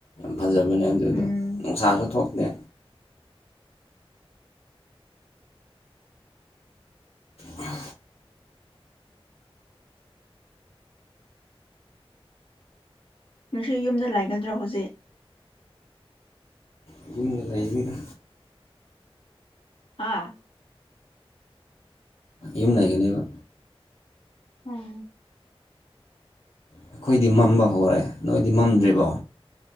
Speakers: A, on the left; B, on the left.
A: ꯐꯖꯕꯅꯦ ꯑꯗꯨꯗꯣ
B: ꯎꯝ
A: ꯅꯨꯡꯁꯥꯁꯨ ꯊꯣꯛꯇꯦ ꯑ <unintelligible>
B: ꯅꯨꯡꯁꯤ ꯌꯨꯝꯗ ꯂꯥꯏꯒꯗ꯭ꯔꯣ ꯍꯧꯖꯤꯛ
A: ꯑꯗꯨ ꯂꯩ ꯂꯩꯅꯤꯗ
B: ꯑꯥ
A: ꯌꯨꯝ ꯂꯩꯒꯅꯦꯕ
B: ꯎꯝ
A: ꯑꯩꯈꯣꯏꯗꯤ ꯃꯝꯕ ꯍꯧꯔꯦ ꯅꯣꯏꯗꯤ ꯃꯝꯗ꯭ꯦꯔꯤꯕꯣ